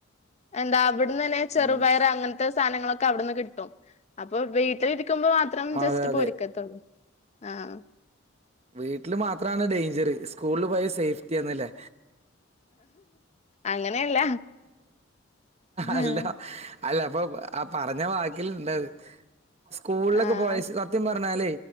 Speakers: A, on the left (about 35°); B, on the right (about 35°).
A: എന്താ അവിട്ന്നെന്നെ ചെറുപയർ
B: ഉം
A: അങ്ങനത്തെ സാനങ്ങളൊക്കെ അവിടുന്ന് കിട്ടും. അപ്പൊ വീട്ട് ഇര് ക്കുമ്പം മാത്രം ജസ്റ്റ്‌
B: അതെ അതെ
A: പൊരിക്കത്തൊള്ളൂ. ആഹ്.
B: വീട്ടില് മാത്രാണ് ഡേഞ്ചറ്, സ്കൂളിൽ പോയാ സേഫ്റ്റി ആന്ന്ല്ലേ.
A: അങ്ങനെയല്ല
B: അല്ലാ
A: ആഹ്
B: അല്ല അപ്പൊ ആ പറഞ്ഞ വാക്കിലുണ്ടത്. സ്കൂളിലൊക്കെ
A: ആഹ്
B: പോയ സ് സ ത്യം പറഞ്ഞാലേ